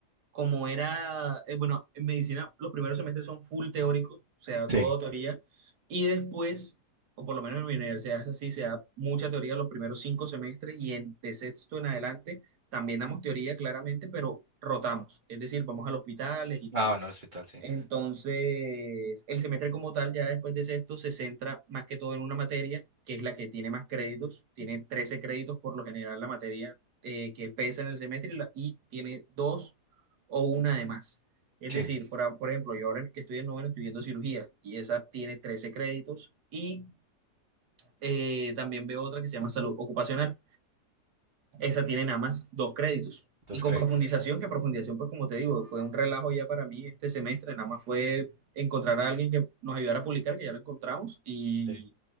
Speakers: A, on the right (about 85°); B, on the right (about 35°).
A: como era, eh, bueno, en medicina los primeros semestres son full teóricos, o sea,
B: Sí.
A: todo teoría, y después, o por lo menos en mi universidad es así, se da mucha teoría los primeros cinco semestres, y en, de sexto en adelante también damos teoría, claramente, pero rotamos, es decir, vamos a los hospitales y tal.
B: Ah, bueno, el hospital, sí.
A: Entonces, el semestre como tal, ya después de sexto, se centra más que todo en una materia, que es la que tiene más créditos. Tiene 13 créditos por lo general la materia eh, que pesa en el semestre y, la- y tiene dos o una de más. Es
B: Sí,
A: decir, por, a- por ejemplo, yo ahora que estoy en noveno estoy viendo cirugía y esa tiene 13 créditos y eh, también veo otra que se llama salud ocupacional, esa tiene nada más dos créditos.
B: dos
A: Y con
B: créditos.
A: profundización, que profundización, pues como te digo, fue un relajo ya para mí este semestre, nada más fue encontrar a alguien que nos ayudara a publicar, que ya lo encontramos, y,
B: Sí.